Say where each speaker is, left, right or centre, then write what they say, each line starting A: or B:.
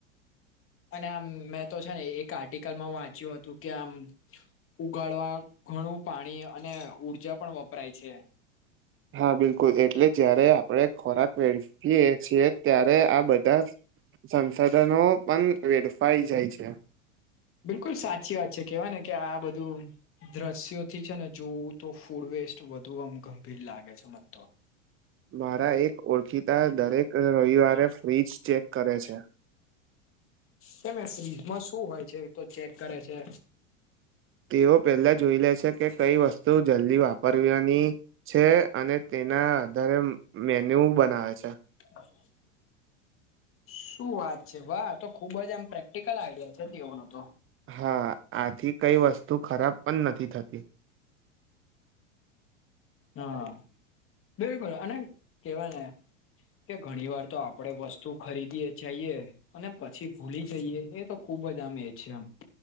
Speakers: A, on the left; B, on the right.
A: અને મેં તો છે ને એક આર્ટિકલમાં વાંચ્યું હતું કે આમ ઉકાળવા ઘણું પાણી અને ઊર્જા પણ વપરાય છે.
B: હા બિલકુલ એટલે જયારે આપણે ખોરાક વેડફીએ છીએ ત્યારે આ બધા સંસાધનો પણ વેડફાઈ જાય છે.
A: બિલકુલ સાચી વાત છે કેવાય ને કે આ બધું દ્રશ્યોથી છે ને જોવું તો ફૂડ વેસ્ટ વધુ આમ ગંભીર લાગે છે મને તો <inaudible>
B: મારા એક ઓળખીતા દરેક રવિવારે ફ્રિજ ચેક કરે છે.
A: કેમ એ ફ્રીજમાં શું હોય છે તો ચેક કરે છે?
B: તેઓ પેલા જોઈ લે છે કે કઈ વસ્તુ જલ્દી વાપરવીની- છે અને તેના આધારે મેન્યુ બનાવે છે.
A: <inaudible> શું વાત છે વાહ તો ખુબ જ આમ પ્રેક્ટિકલ આઈડિયા છે તેઓનો તો-
B: હા આથી કઈ વસ્તુ ખરાબ પણ નથી થતી
A: હા બિલકુલ અને કેવાને- કે ઘણી વાર તો આપડે વસ્તુ ખરીદીએે છએ- અને પછી ભૂલી જઈએ એ તો ખુબ જ આમ એ છે. આમ-